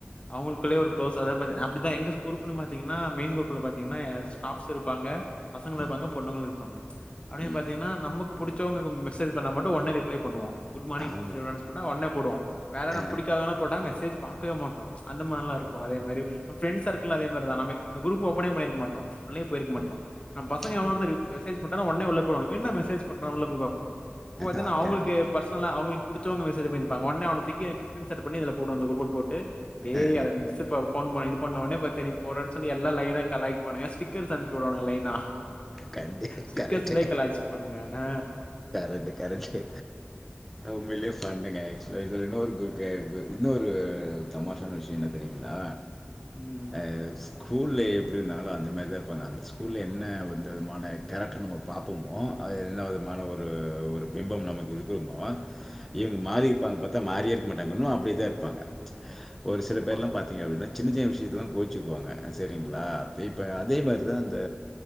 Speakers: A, on the left (about 30°); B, in the centre.
A: அவங்களுக்குள்ளயே ஒரு குளோஸ் அதாவ பாத்தீங்க அப்டிதா எங்க குரூப்லயு பாத்தீங்கன்னா மெயின் குரூப்புல பாத்தீங்கன்னா ஸ்டாப்ஸ் இருப்பாங்க பசங்களு இருப்பாங்க
B: ம்
A: பொண்ணுங்களு இருப்பாங்க அப்டின்னு
B: ம்
A: பாத்தீங்கன்னா நமக்கு புடி சவங்கக்கு மெசேஜ் பண்ணா மட்டு உடனே ரிப்ளை பண்ணுவா குட் மார்னிங்
B: ஆமாம்
A: சொல்லி மெசேஜ் போட்டா அவ ஒடனே போடுவா வேற னா
B: ஆ
A: புடிக்காதவல்லா போட்டா மெசேஜ் பாக்கவே மாட்ற அந்த மாரி எல்லா இருக் கு அதே மாரி ஃப்ரெண்ட்ஸ் சர்க்களு அதே மாதிரி தா நாம அந்த குரூப் ஓப்பனே பண்ணிருக்க மாட்டோ உள்ளயே போயிருக்க
B: ஆ.
A: மாட்டோ நம் பசங்க எவனா
B: ம்.
A: ஒருத்த ரிப் மெசேஜ் போட்டானா ஒடனே உள்ள போவாங்க இவ என்ன மெசேஜ் பண்ணா உள்ள போய் பாப்போ அப்போ பாத்தின்னா
B: ஆ,
A: அவங்களுக்கு
B: கண்டு
A: பர்சனலா அவங்களுக் படிச்சவங்க மெசேஜ் பண்ணிருப்பாங்க ஒடனே அவன தூக்கி ஸ்க்ரீன் ஷாட் பண்ணி இதுல போடுவாங்க இந்த குரூப்ல போட்டு டேய்
B: ஆ, ஆ.
A: அவ மிஸ் சுப்பா ஃபோன் பண்ணி இது பண்ண ஒடனே பாத்தெரியு போறேன்னு சொல்ல எல்ல லைனா கலாய் பாண்ணுங்க ஸ்டிக்கர்ஸ் அனுப்சு வுடுவாங்க லைனா
B: கண்டு
A: ஸ்டிக்கர்லே
B: கரெக்டு
A: காலாச்சு பானுங்க ஆ
B: ரெண்டு கரெக்ட்டு உண்மையிலேயே ஃபண்ணுங்க ஆக்சுலா இன்னொரு <unintelligible> இன்னொரு தமாஷான விஷயொ என்ன சரிங்களா
A: ம்.
B: அ ஸ்கூல்ல எப்டின்னாலு அந்த மாரிதா இருப்பாங்க அந்த ஸ்கூல்ல என்ன வந் இந்த விதமான கேரக்டர் நம்ம பாப்போமோ அது எந்த விதமான ஒரு ஒரு பிம்பம் நமக்கு இருக்கோமோ இவங்க மாறிப்பாங்க பாத்தா மாறியே இருக்க மாட்டாங்க இன்னு அப்டியேதா இருப்பாங்க ஒரு சில
A: ஆமா.
B: பேர்ல்லா பாத் திங்க அப்டின்னா சின்ன சின்ன விஷயத்துக்குலா கோச்சுக்குவாங்க சேரிங்களா இப்ப அதே மாரிதா அந்த